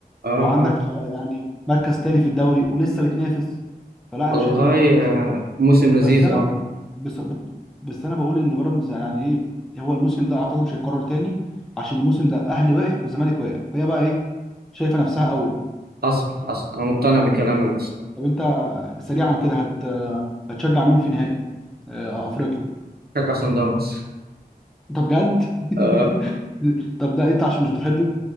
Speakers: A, on the right; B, in the centre.
A: اه
B: وعندك
A: اه
B: يعني مركز تاني في الدوري ولسه بتنافس فلا انا
A: والله
B: شايف ان بيراميدز
A: آه، موسم
B: بس
A: لذيذ
B: انا
A: اه
B: بس, بس انا بقول ان بيراميدز يعني ايه هو الموسم ده اعتقد مش هيتكرر تاني عشان الموسم ده اهلي واقع والزمالك واقع فهي بقى ايه شايفه نفسها قوي بقى
A: حصل حصل انا مقتنع بكلامك بس
B: طب انت آه، سريعا كده هت آه، هتشجع مين في نهائي آه، آه، افريقيا
A: بشجع صن داونز
B: انت بجد <laughs>
A: اه
B: طب ده انت عشان مش بتحب